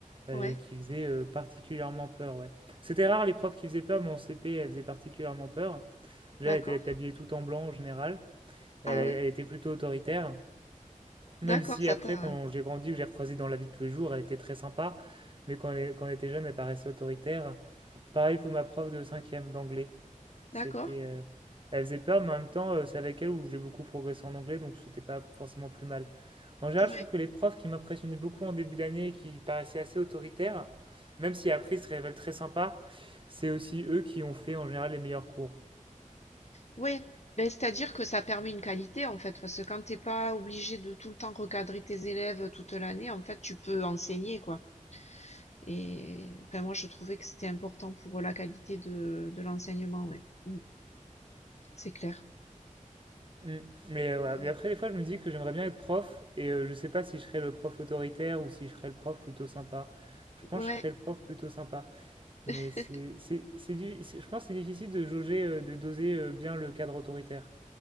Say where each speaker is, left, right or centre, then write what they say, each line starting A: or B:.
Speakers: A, on the right (about 40°); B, on the left (about 55°).
A: euh,
B: Ouais,
A: qui faisait euh, particulièrement peur, ouais. C'était rare les profs qui faisaient peur, mais en CP, elle faisait particulièrement peur. Déjà,
B: d'accord.
A: elle était habillée tout en blanc en général, et
B: Ah
A: elle, elle
B: ouais,
A: était plutôt autoritaire. Même
B: d'accord,
A: si
B: ça
A: après,
B: t'a.
A: quand j'ai grandi, que j'ai recroisé dans la vie de tous les jours, elle était très sympa. Mais quand, elle- quand on était jeune, elle paraissait autoritaire. Pareil pour ma prof de cinquième d'anglais. C'était,
B: D'accord.
A: euh, elle faisait peur, mais en même temps, euh, c'est avec elle où j'ai beaucoup progressé en anglais, donc c'était pas forcément plus mal. En général,
B: Ouais.
A: je trouve que les profs qui m'impressionnaient beaucoup en début d'année et qui paraissaient assez autoritaires, même si après ils se révèlent très sympas, c'est aussi eux qui ont fait en général les meilleurs cours.
B: Ouais, ben c'est-à-dire que ça permet une qualité en fait, parce que quand t'es pas obligé de tout le temps recadrer tes élèves toute l'année, en fait, tu peux enseigner quoi. Et enfin, moi, je trouvais que c'était important pour la qualité de, de l'enseignement, ouais. Mm, C'est clair.
A: Mm. Mais, euh, voilà.
B: Ouais,
A: Mais
B: ouais.
A: après, des fois, je me dis que j'aimerais bien être prof et euh, je sais pas si je serais le prof autoritaire ou si je serais le prof plutôt sympa. Je pense
B: Ouais,
A: que je serais le prof plutôt sympa. Mais
B: <laughs>
A: c'est, c'est, c'est, du- c'est- je pense que c'est difficile de jauger, euh, de doser euh, bien le cadre autoritaire.